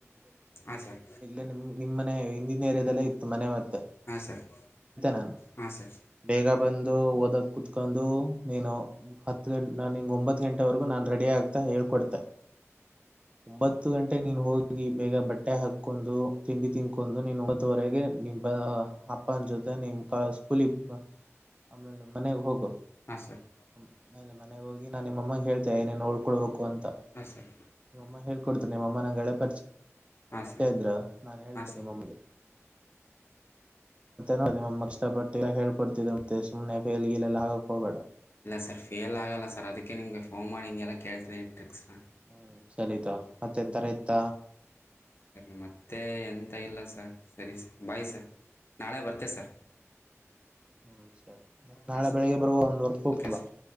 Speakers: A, on the left; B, on the right.
A: ಹಾ ಸರ್.
B: ನಿ ನಿಮ್ ಮನೆ ಹಿಂದಿನ ಏರಿಯದಲ್ಲೇ ಇತ್ತು ಮನೆ ಮತ್ತ
A: ಹಾ ಸರ್.
B: ನಾನು
A: ಹಾಂ ಸರ್ ಹಾಂ ಸರ್ ಹಾಂ ಸರ್
B: ಬೇಗ ಬಂದು ಓದ ಕುತ್ ಒಂದು ನೀನು ಹತ್ತು ಗಂ ನ ನೀ ಒಂಬತ್ತ ಗಂಟ ವರೆಗೂ ನಾನು ರೆಡಿ ಆಗ್ತಾ ಹೇಳ್ಕೊಡ್ತೆ. ಒಂಬತ್ತು ಗಂಟೆ ನೀನ್ ಹೋಗಿ ಬೇಗ ಬಟ್ಟೆ ಹಾಕೊಂಡು ತಿಂಡಿ ತಿನ್ ಕೊಂಡು ನೀನು ಮೂವತ್ತುವರೆಗೆ ನಿ ಅಪ್ಪನ ಜೊತೆ ನಿಮ್ ಕ ಸ್ಕೂಲಿ ಆಮೇಲೆ ಮನೆಗೆ ಹೋಗು.
A: ಹಾ ಸರ್.
B: ಆಮೇಲೆ ಮನೆಗೆ ಹೋಗಿ ನಾ ನಿಮ್ಮಗೆ ಹೇಳ್ತೇ ಏೇನು ಉಓಳ್ಕೊಳ್ಬೇಕು ಅಂತ
A: ಹಾಂ ಸರ್
B: ನಿಮ್ಮಮ್ಮ ಹಳ್ ಕೊಡ್ತ ನಿಮ್ಮಮ್ಮ ನಂಗೆಳೆ ಪರಿಚ
A: ಹಾಂ ಸರ್
B: ಇದ್ರ ನಾನನ್ ಹೇಳ್ತೇನೆ
A: ಹಾಂ ಸರ್
B: ಮಮಗೆ. ನೋ ನಿಮ್ಮಮ್ಮ ಇಷ್ಟಪಟ್ಟಿಲ್ಲಲ್ಲ ಹೇಳ್ೊಡ್ತಿದರ ಮಂತೆ ಸು್ನೆ ಫೇಲ್ ಗಲ್ಲ ಆಗಕ್ ಹೋಗಬೇಡ.
A: ಇಲ್ಲ ಸರ್ ಫೇಯಲ್ ಆಗಲ್ಲ ಸರ್ ಅದಕ್ಕೆ ನಿಗೆ ಫೋನ್ ಮಾಡಿಂಗೆಲ್ಲ ಕೇಳ್ತೀನಿ ಟ್ರಿಕ್ಸ್ನ.
B: ಹ್ಮ್ ಸರಿತ ಮತ್ತೆ ತರ ಇತ್ತ.
A: ಸರಿ ಮತ್ತೆ ಎಂತ ಇಲ್ಲ ಸರ್ ಸರಿ ಸ ಬಾಯ್ ಸರ್. ನಾಳೆ ಬರ್ತೆೇ ಸರ್.
B: ಹ್ಮ್ ಸರಿ ಮತ್ತತ್ ನಾಳೆ
A: ಹಾಂ ಸರ್
B: ಬೆಳಿಗ್ಗೆ ಬರುವ ಒಂದ್ ವರ್ಕ್ ಹೋಗ್ತಂಬ.
A: ಓಕೆ ಸರ್